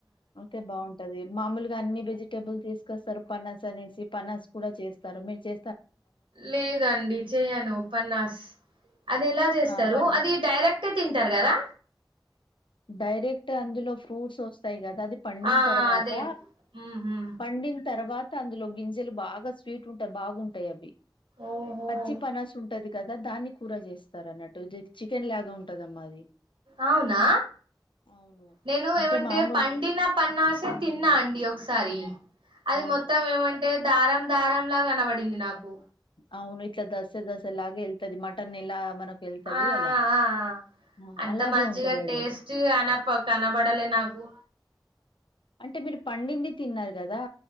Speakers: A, on the left; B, on the right.
A: ఒకే బాగు ది మామూలుగా అన్ని వెజిటేబుల్ తీసుకొస్తారు పనాస్ అనేసి పనాస్ గూడా చేస్తారు మీరు చే
B: లేదండి చెయను పన్నాస్ అది ఎలా చేస్తారు
A: ఆ పన్
B: అది డైరెక్ట్ తింటారు గదా
A: డైరెక్ట్ అందులో ఫ్రూట్స్ వస్తాయి గదా అది పండిన
B: ఆ
A: తర్వాత
B: అదే ఊహు
A: పండిన తర్వాత అందులో గింజలు బాగా స్వీట్ ఉంటాయి బాగుంటాయి అవి
B: ఓహో
A: పచ్చి పనాస్ ఉంటది కదా దాన్ని కూర చేస్తారు అన్నట్టు చికెన్ లాగా ఉంటది అమ్మా అది
B: అవునా
A: అవును
B: నేను
A: అంటే
B: ఏమంటే
A: మామూలు
B: పండిన పన్నాసే తిన్నా అండి ఒకసారి అది
A: అవును
B: మొత్తం ఏమంటే దారం దారంలా కనబడింది నాకు
A: అవును ఇట్లా దసె దసెలాగే వెల్తది మటన్ ఎలా మనకు వెళ్తది
B: ఆ
A: అలా
B: ఆ
A: ఆ
B: అంత
A: అలాగే
B: మంచిగా
A: ఉంటదది.
B: టేస్ట్ అన కనబడలే నాకు
A: అంటే మీరు పండింది తిన్నారు గదా